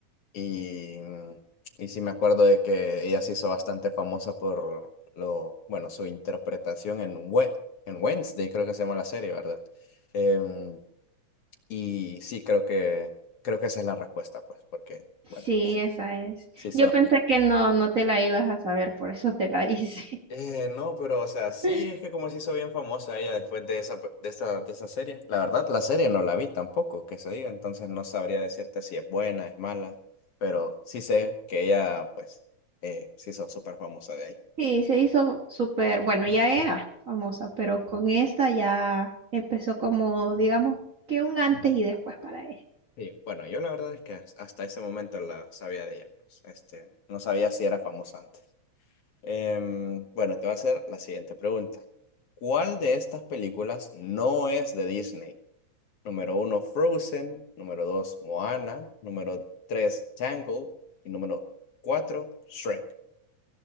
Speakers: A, on the left; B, on the right.
A: Y, mm, y sí me acuerdo de que ella se hizo bastante famosa por lo, bueno, su interpretación en, We- en Wednesday, creo que se llama la serie, ¿verdad? Em, y sí, creo que, creo que esa es la respuesta, pues, porque,
B: Sí,
A: bueno, sí,
B: esa es.
A: sí
B: Yo pensé que no, no te la ibas a saber, por eso te la hice.
A: Eh, no, pero o sea, sí,
B: <laughs>
A: es que como se hizo bien famosa ella después de esa, pe- de esa, de esa serie. La verdad, la serie no la vi tampoco, que se diga, entonces no sabría decirte si es buena, es mala, pero sí sé que ella, pues, eh, se hizo súper famosa de ahí.
B: Sí, se hizo súper, bueno, ya era famosa, pero con esta ya empezó como, digamos, que un antes y después para ella.
A: sí bueno, yo la verdad es que has- hasta ese momento la sabía de ella, pues, este, no sabía si era famosa antes. Em, bueno, te voy a hacer la siguiente pregunta. ¿Cuál de estas películas no es de Disney? Número uno, Frozen. Número dos, Moana. Número tres, Tangled Y número cuatro, Shrek.